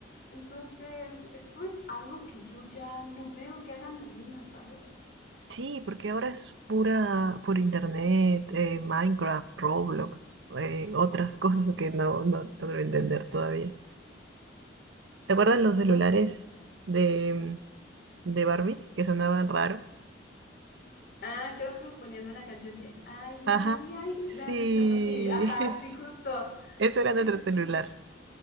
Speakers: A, on the left; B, on the right.
A: Entonces, esto es algo que yo ya no veo que hagan los niños, ¿sabes?
B: Sí, porque ahora es pura por internet, eh, Minecraft, Roblox, eh, otras <laughs> cosas que no, no logro entender todavía. ¿Te acuerdas los
A: Incluso,
B: celulares de, de Barbie que sonaban raro?
A: ah, creo que ponían una canción de, ay,
B: Ajá,
A: ay, ay,
B: sí,
A: la- no, sí, ajá,
B: <laughs>
A: sí, justo,
B: ese era
A: sí,
B: nuestro
A: sí,
B: celular.
A: sí.